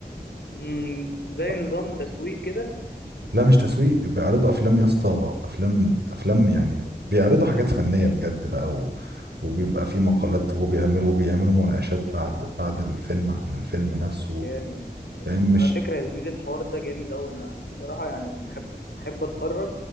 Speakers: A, on the left (about 85°); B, on the right (about 80°).
A: امم زي
B: و-
A: نظام تسويق كده
B: لا مش تسويق بيعرضوا أفلام يا اسطى أفلام أفلام يعني بيعرضوا حاجات فنية بجد بقى و... وبيبقى في مقالات
A: امم
B: وبيعملوا وبيعملوا مناقشات بعد بعد الفيلم عن الفيلم نفسه
A: جامد
B: فاهم مش
A: على فكره يا زميلي الحوار ده جامد قوي انا الصراحه يعني لما احب احب اتفرج